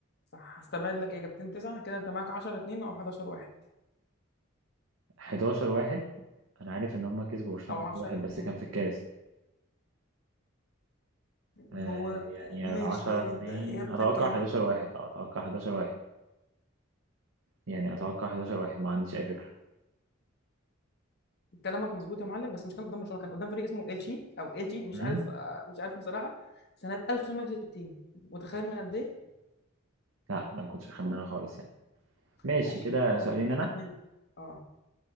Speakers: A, on the left (about 55°); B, on the right (about 75°).
A: صح هستبعد لك اجابتين تسعة كده انت معاك 10 2 او 11 1
B: 11 واحد انا عارف ان هم كسبوا برشلونه
A: او 10
B: 11 واحد
A: 2
B: بس كان في الكاس آه،
A: هو آه،
B: يعني
A: ماشي
B: 10
A: يعني
B: 2
A: انت اجابتك
B: اتوقع
A: كام
B: 11 واحد آه، اتوقع 11 واحد يعني اتوقع 11 واحد ما عنديش اي فكرة
A: كلامك مظبوط يا معلم بس مش كان قدام برشلونة كان قدام فريق اسمه اتشي او اتشي مش
B: مم؟
A: عارف آه، مش عارف بصراحة سنة 1960 متخيل من قد ايه
B: لا ما كنتش اخمنها خالص يعني ماشي
A: ماشي
B: كده
A: كده
B: سؤالين
A: انت اسالني
B: انا
A: انت اه